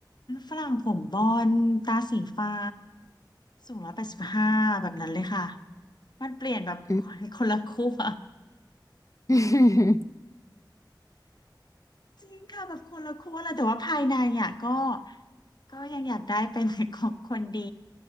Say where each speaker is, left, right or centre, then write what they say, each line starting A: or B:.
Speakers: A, on the left (about 65°); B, on the left (about 45°).
A: ฝรั่งผมบอนด์ตาสีฟ้าสูงร้อยแปดสิบห้าแบบนั้นเลยค่ะ มันเปลี่ยนแบบ
B: อืม
A: <laughs> คนคนละขั้ว
B: <laughs>
A: จริงค่ะแบบคนละขั้วเลยแต่ว่าภายในอ่ะก็ก็ยังอยากได้เป็น <laughs> ของคนดี